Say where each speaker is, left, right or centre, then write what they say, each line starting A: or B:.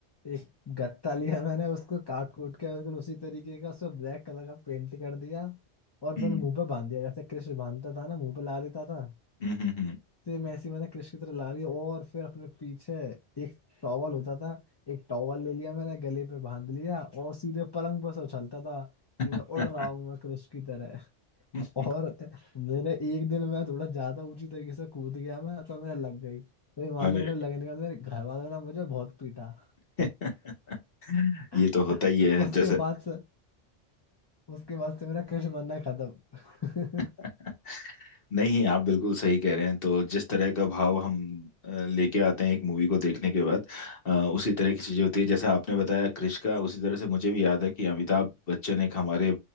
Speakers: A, on the left (about 30°); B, on the left (about 50°).
A: एक गत्ता लिया मैंने उसको काट कूट के बिल्कुल उसी तरीके का उसको ब्लैक कलर का पेंट कर दिया और
B: हम्म
A: मैंने मुंह पे बांध दिया जैसे कृष बांधता था ना मुंह पे ला लेता था
B: हम्म हम्म
A: सेम ऐसे ही मैंने कृष की तरह ला ली और फिर अपने पीछे एक टॉवल होता था एक टॉवल ले लिया मैंने गले पे बांध लिया और सीधे पलंग पर से उछलता था कि मैं
B: हम्म।
A: उड़ रहा हूँ मैं कृष की तरह
B: <laughs>
A: और मेरे एक दिन मैं थोड़ा ज्यादा ऊंची तरीके से कूद गया मैं तो मेरा लग गई तो ये मान
B: अरे
A: लो मेरे लगने के बाद मेरे घर वालों ने मुझे बहुत पीटा
B: <laughs>
A: <laughs>
B: ये तो होता ही है
A: उसके
B: जैसे
A: बाद से उसके बाद से मेरा कृष बनना खत्म
B: <laughs> नहीं आप बिल्कुल सही कह रहे हैं तो जिस तरह का भाव हम अ, लेके आते हैं एक मूवी को देखने के बाद अ, उसी तरह की चीजें होती है जैसा आपने बताया क्रिश का उसी तरह से मुझे भी याद है कि अमिताभ बच्चन एक हमारे